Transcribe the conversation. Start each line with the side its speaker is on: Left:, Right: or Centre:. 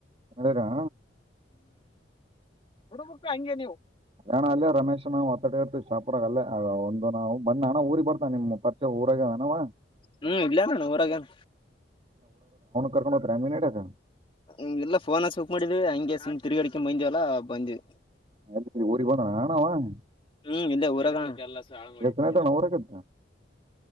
Right: ಚೆನ್ನಾಗಿದೀರಾ
Left: ಹುಡುಬುಕ್ಕ ಹಂಗೆ ನೀವು
Right: ಅಣ್ಣ ಅಲ್ಲೇ ರಮೇಶ್ ನಾವು ಮಾತಾಡ ಇರ್ತೀವಿ ಶಾಪುರಾಗ ಅಲ್ಲ ಒಂದು ನಾವು ಬನ್ನ ನ ಊರಿ ಬರ್ತಾ ನಿಮ್ ಪರಿಚೆ ಊರಾಗ ಅನವ
Left: ಹಾ ಇಲ್ಲೇಹದಾನ ಊರಾಗಾನ
Right: ಕರ್ಕೊಂಡುಹೋತೀರಾ ಮೀನು ಇಡಿಯಾಕ
Left: ಹ ಎಲ್ಲ ಫೋನ ಸುಕ್ ಮಾಡಿದ್ವಿ ಹಂಗೆ ತಿರಗಾಡಿ ಬಂದಿವವಲ್ಲಾ ಬಂದ್ವಿ
Right: ಆಯ್ತು ಊರಿಗೆ ಹೋದಣ ಹಾ ಹೋಗಣ
Left: ಹ್ಮ್ ಇಲ್ಲೇ ಊರಗಾನ ಎರಡು
Right: ಎಷ್ಟು ದಿನ ಆಯ್ತಣ್ಣ ಊರಾಗತ್ತ